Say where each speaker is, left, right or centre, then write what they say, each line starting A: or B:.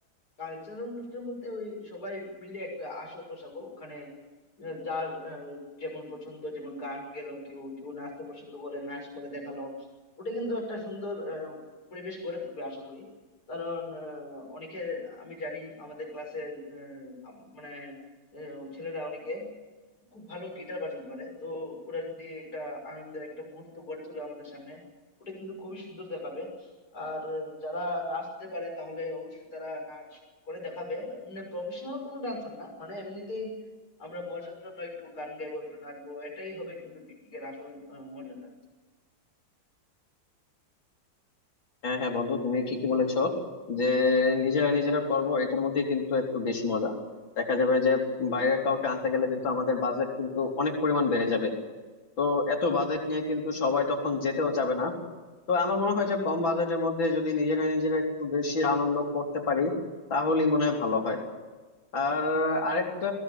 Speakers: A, on the left; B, on the left.
A: কালচারাল অনুষ্ঠান বলতে ওই সবাই মিলে একটা আসর বসাবো ওখানে আহ, যার আহ, যেমন পছন্দ যেমন গান গেলো কেউ কেউ নাচতে পছন্দ করে নাচ করে দেখালো ওটা কিন্তু একটা সুন্দর আহ, পরিবেশ গড়ে তুলবে আশা করি কারণ আহ, অনেকে আমি জানি আমাদের ক্লাসের মানে আহ, ছেলেরা অনেকে খুব ভালো গিটার বাজাতে পারে তো ওরা যদি একটা আনন্দের একটা মুহূর্ত গড়ে তোলে আমাদের সামনে ওটা কিন্তু খুবই সুন্দর দেখাবে আর আহ, যারা নাচতে পারে তাহলে অবশ্যই তারা নাচ করে দেখাবে মানে প্রফেশনাল কোনো ডান্সার না মানে এমনিতেই আমরা মজার জন্য একটু গান গাইবো একটু নাচবো এটাই হবে কিন্তু পিকনিকের আসল আহ, মজাটা
B: হ্যাঁ হ্যাঁ বন্ধু তুমি ঠিকই বলেছো যে নিজেরা নিজেরা করব এটার মধ্যে কিন্তু একটু বেশি মজা দেখা যাবে যে বাইরে কাউকে আনতে গেলে কিন্তু আমাদের বাজেট কিন্তু অনেক পরিমাণ বেড়ে যাবে তো এত বাজেট নিয়ে কিন্তু সবাই তখন যেতেও চাবে না তো আমার মনে হয় যে কম বাজেটের মধ্যে যদি নিজেরা নিজেরা একটু বেশি আনন্দ করতে পারি তাহলেই মনে হয় ভালো হয় আর আরেকটা